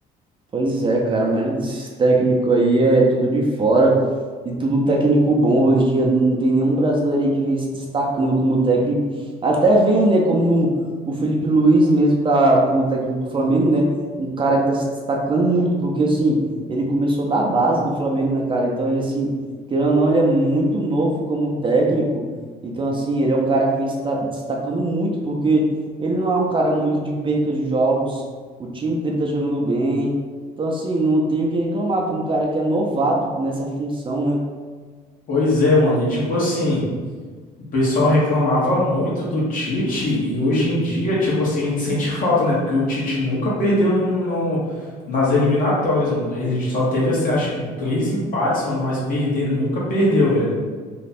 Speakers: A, on the right; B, on the left.
A: Pois é, cara, a maioria desses técnicos aí é tudo de fora e tudo técnico bom. Hoje em dia não tem nenhum brasileiro aí que vem se destacando como técnico. Até vem, né, como o Felipe Luiz mesmo tá como técnico do Flamengo, né? Um cara que tá se destacando muito, porque assim, ele começou da base do Flamengo, né, cara? Então, ele, assim, querendo ou não, ele é muito novo como técnico. Então, assim, ele é um cara que vem se ta- destacando muito, porque ele não é um cara muito de perca de jogos. O time dele tá jogando bem. Então, assim, não tenho o que reclamar para um cara que é novato nessa função, né?
B: Pois é, mano, e tipo assim, o pessoal reclamava muito do Tite e hoje em dia, tipo assim, a gente sente falta, né? Porque o Tite nunca perdeu num, num- nas eliminatórias, mano. Ele só teve, assim, acho que três empates, mano, mas perder nunca perdeu, velho.